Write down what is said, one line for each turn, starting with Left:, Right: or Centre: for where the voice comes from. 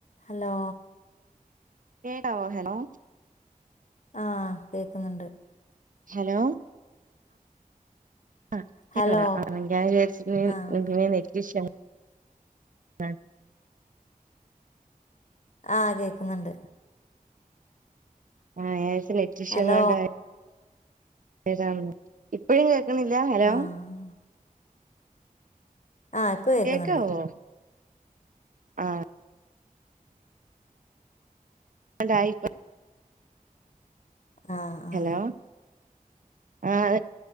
Left: Hello
Right: കേക്കാവോ hello
Left: ആഹ കേക്കുന്നുണ്ട്
Right: ഹലോ <unintelligible>
Left: ഹലോ ആഹ് ആഹ് കേൾക്കുന്നുണ്ട്
Right: ആഹ ഞാൻ വിചാരിച്ചു നെറ്റ്ഇഷ്യങ്ങണ്ട
Left: ഹലോ
Right: എതാ ഇപ്പോഴും കേൾക്കുന്നില്ല ഹലോ
Left: ആഹ് ആഹ് ഇപ്പൊ കേക്കുന്നുണ്ട്
Right: കേക്കാവോ ആഹ് <inaudible> യിപ്പം
Left: ആഹ് ആഹ്
Right: ഹലോ ആഹ്